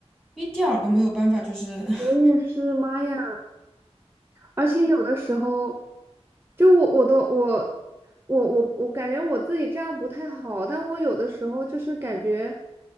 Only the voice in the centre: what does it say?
一点儿都没有办法就是 <laughs>